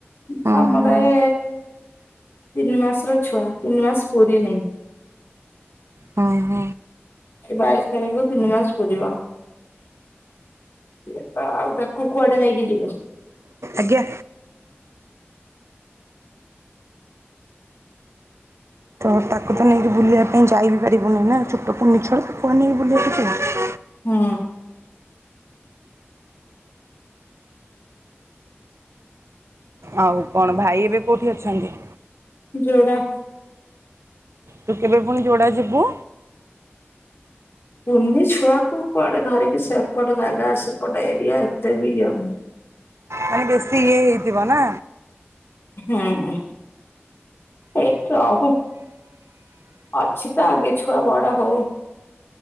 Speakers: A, on the left (about 60°); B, on the right (about 85°).
A: ସମୁଦାୟ
B: ଓ ହୋ
A: ତିନି ମାସର ଛୁଆ ତିନି ମାସ ପୁରୀ ନେଇ।
B: ଅଁ ହଁ।
A: ଏଇ ବାଇଶି ତାରିଖ ରୁ ତିନି ମାସ ପୁରିବ। ସିଏ ତ ଆଉ ତାକୁ କୁଆଡେ ନେଇକି ଯିବୁ।
B: ଆଜ୍ଞା। ତ ତାକୁ ତ ନେଇକି ବୁଲିବା ପାଇଁ ଯାଇ ବିି ପାରିବୁନି ନା ଛୋଟ କୁନି ଛୁଆ ତାକୁ କୁଆଡେ ନେଇକି ବୁଲିବାକୁ ଯିବୁ।
A: ହୁଁ।
B: ଆଉ କଣ ଭାଇ ଏବେ କୋଉଠି ଅଛନ୍ତି?
A: ଯୋଡ଼ା।
B: ତୁ କେବେ ପୁଣି ଯୋଡ଼ା ଯିବୁ?
A: କୁନି ଛୁଆକୁ କୁଆଡେ ଧରିକି ସେପଟ ଜାଗା ସେପଟ ଏରିଆ ଏତେ ବି ଇଏ ନୁହ।
B: ମାନେ ବେଶୀ ଇଏ ହେଇଥିବ ନା।
A: ହୁଁ। ଏଇଠି ରହିଁ ଅଛି ତ ଆଗେ ଛୁଆ ବଡ ହଉ।